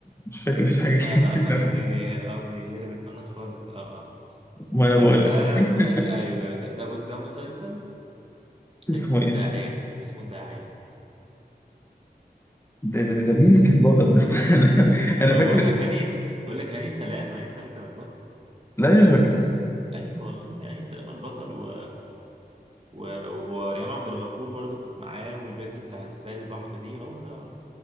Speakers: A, on the left (about 15°); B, on the right (about 35°).
A: مش فاكر مفيش حاجه
B: لا
A: كده
B: لا
A: في
B: خلاص
A: دماغي
B: دي دي اه دي هربت منك خالص اه اه
A: ما انا
B: طيب
A: بقول
B: ده
A: لك <laughs>
B: ب- ايوه ايوه ده ده, بص- ده مسلسل
A: اسمه
B: اسمه
A: ايه؟
B: الداعية اسمه الداعية
A: ده, ده, ده مين اللي كان بطل ده استنى <laughs>
B: <laughs> ما
A: انا فاكر
B: بقول لك هاني بقول لك هاني سلام هاني سلام كان البطل
A: لا يا راجل
B: ايوه والله هاني سلام البطل و... و... وريهام عبد الغفور برضو كانت معاه والبنت بتاعت رسائل البحر دي هو ده اه